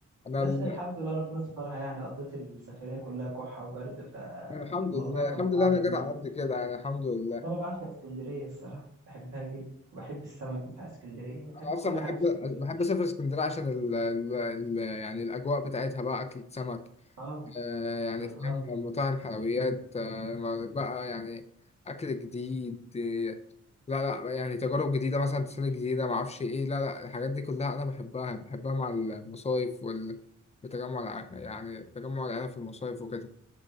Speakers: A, on the left; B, on the right.
A: انا
B: بس
A: ال-
B: الحمد لله ربنا سترها يعني قضيت السفرية كلها كحة وبرد فالموضوع
A: أنا الحمد لله
B: كان
A: الحمد
B: صعب
A: لله انا
B: بالنسبة
A: جيت على قد
B: لي
A: كده يعني الحمد لله
B: انا بعشق اسكندرية الصراحة بحبها جدا وبحب السمك بتاع اسكندرية بحب
A: انا اصلا
B: كل
A: بحب
B: حاجة في اسكندرية
A: بحب اسافر اسكندريه عشان ال... ال... ال... يعني الاجواء بتاعتها بقى اكل سمك
B: اه
A: آه يعني
B: بالظبط
A: فاهم مطاعم حلويات آه بقى يعني اكل جديد آه لا لا يعني تجارب جديده مثلا تسالي جديده ما اعرفش ايه لا لا الحاجات دي كلها انا بحبها بحبها مع المصايف وال بتجمع الع... يعني تجمع العيله في المصايف وكده